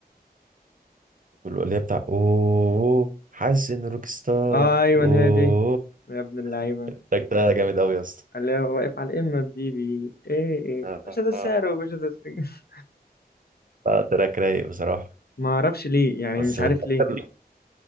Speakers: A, on the right (about 55°); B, on the left (about 75°).
A: اللي هي بتاع أوه حاسس إن روك ستار
B: آه ايوه
A: أوه
B: هادي يا ابن اللعيبة
A: التراك ده جامد أوي يا اسطى
B: قال لي هو واقف على الإمة بدي بي ايه ايه
A: آه،
B: باشا ده السعر وباشا ده السعر.
A: آه، تراك رايق بصراحة
B: <laughs> ما اعرفش ليه يعني
A: بس
B: مش عارف
A: من أكتر
B: ليه